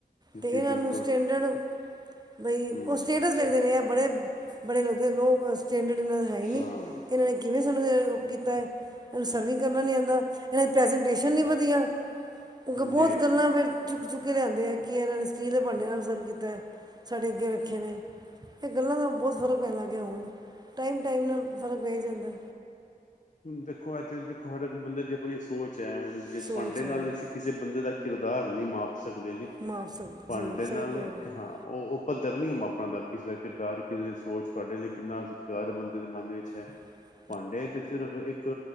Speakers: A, on the right; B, on the left.
A: ਤੇ
B: ਜੀ
A: ਏਨਾਂ
B: ਬਿਲਕੁਲ
A: ਨੂੰ ਸਟੈਂਡਰਡ। ਭਈ
B: ਹੂੰ
A: ਉਹ ਸਟੇਟਸ ਦੇਖਦੇ ਨੇ ਬੜੇ, ਬੜੇ ਲੱਗਦੇ ਲੋਕ-ਲੋਕ- ਸਟੈਂਡਡ ਏਨਾਂ ਦਾ ਹੈਈ ਨੀ,
B: ਹਾਂ
A: ਏਨਾਂ ਨੇ ਕਿਵੇਂ ਸਾਨੂੰ ਸਰਵ ਕੀਤਾ, ਹੂਣ ਸਾਨੂੰ ਕਰਨਾ ਨੀ ਆਂਦਾ ਏਨਾਂ ਦੀ ਪ੍ਰੈਜਨਟੇਸ਼ਨ ਨੀ ਵਧੀਆ, ਅੱਗੋਂ ਬੋਤ
B: ਜੀ
A: ਗੱਲਾਂ
B: ਜੀ
A: ਫਿਰ, ਚੁੱਕ-ਚੁੱਕ ਕੇ ਲਿਆਂਦੇ ਆ ਕਿ ਇਹਨਾਂ ਨੇ ਸਟੀਲ ਦੇ ਭਾਂਡਿਆਂ ਨਾਲ ਸਰਵ ਕੀਤਾ, ਸਾਡੇ ਅੱਗੇ ਰੱਖੇ ਨੇ। ਏ ਗੱਲਾਂ ਦਾ ਬੋਤ ਫ਼ਰਕ ਪੈਣ ਲਾਗਿਆ ਹੁਨ ਟਾਈਮ-ਟਾਈਮ ਨਾਲ ਫ਼ਰਕ ਪੈ ਜਾਂਦਾ।
B: ਦੇਖੋ ਇੱਥੇ ਦੇਖੋ ਹਰ ਇੱਕ ਬੰਦੇ ਦੀ ਆਪਣੀ ਸੋਚ ਐ ਹੁਣ ਜੇ
A: ਸੋਚ
B: ਪਾਂਡੇ
A: ਹੈ
B: ਨਾਲ ਅਸੀਂ, ਕਿਸੇ ਬੰਦੇ ਦਾ ਕਿਰਦਾਰ ਨੀ ਮਾਪ ਸਕਦੇ ਜੀ,
A: ਮੁਆਵਸਾ
B: ਭਾਂਡੇ
A: ਜੀ ਸਹੀ
B: ਨਾਲ
A: ਕਹਿ ਰਹੇ
B: ਹਾਂ ਓ ਓ ਪੱਧਰ ਨੀ ਮਾਪਣ ਦਾ ਕਿਸੇ ਦਾ ਕਿਰਦਾਰ ਕਿਸੇ ਦੀ ਸੋਚ ਤੁਹਾਡੇ ਲਈ ਕਿੰਨਾ ਸਤਿਕਾਰ ਬੰਦੇ ਦੇ ਮਨ ਵਿੱਚ ਹੈ।
A: <inaudible>
B: ਭਾਂਡੇ ਤੇ ਸਿਰਫ ਇੱਕ